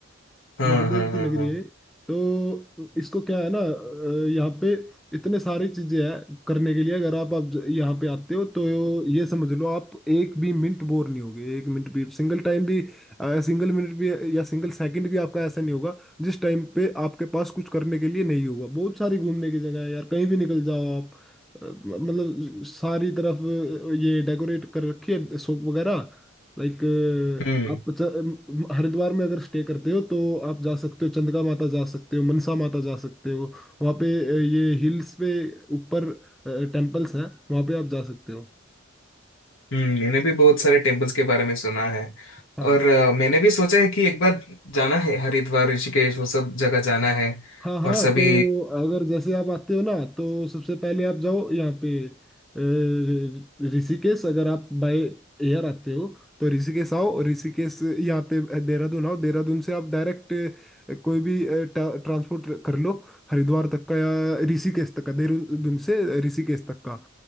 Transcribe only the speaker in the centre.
महादेव
की नगरी
है तो इसको क्या है ना अ, यहाँ पे इतने सारी चीजें हैं करने के लिए अगर आप आप ज- यहाँ पे आते हो तो ये समझ लो आप एक भी मिनट बोर नहीं होगे एक मिनट भी सिंगल टाइम भी अ, सिंगल मिनट भी या सिंगल सेकंड भी आपका ऐसा नहीं होगा जिस टाइम पे आपके पास कुछ करने के लिए नहीं होगा बहुत सारी घूमने की जगह है यार कहीं भी निकल जाओ आप अ, मतलब सारी तरफ अ, ये डेकोरेट कर रखी है शॉप वगैरह लाइक
आप च- अम, हरिद्वार में अगर स्टे करते हो तो आप जा सकते हो चंद्रगा माता जा सकते हो मनसा माता जा सकते हो वहाँ पे अ, ये हिल्स पे ऊपर टेम्पल्स हैं वहाँ पे आप जा सकते हो
हाँ
हाँ हाँ
तो अगर जैसे आप आते हो ना तो सबसे पहले आप जाओ यहाँ पे अ, ऋ- ऋषिकेश अगर आप बाय एयर आते हो तो ऋषिकेश आओ ऋषिकेश यहाँ पे देहरादून आओ देहरादून से आप डायरेक्ट अ, कोई भी ट्रांसपोर्ट कर लो हरिद्वार तक का या ऋषिकेश तक का देहरादून से ऋषिकेश तक का